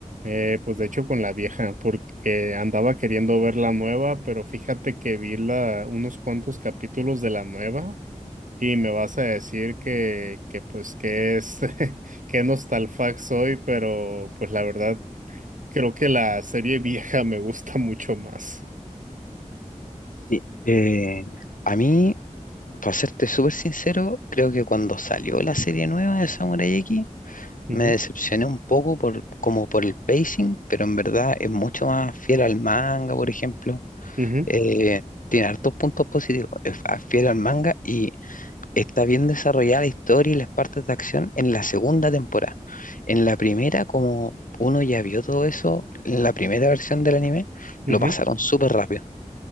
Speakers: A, on the right (about 75°); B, on the left (about 85°).
A: Eh, pues de hecho con la vieja, porque andaba queriendo ver la nueva, pero fíjate que vi la, unos cuantos capítulos de la nueva. Y me vas a decir que, que pues que es <laughs> que nostalfax soy, pero pues la verdad creo que la serie vieja me gusta mucho más.
B: Sí. Eh, a mí, para serte súper sincero, creo que cuando salió la serie nueva de Samurai X,
A: Ujú,
B: me decepcioné un poco por, como por el pacing, pero en verdad es mucho más fiel al manga, por ejemplo.
A: ujú,
B: Eh, tiene hartos puntos positivos, es a- fiel al manga y Está bien desarrollada la historia y las partes de acción en la segunda temporada. En la primera, como uno ya vio todo eso, en la primera versión del anime,
A: ujú,
B: lo pasaron súper rápido.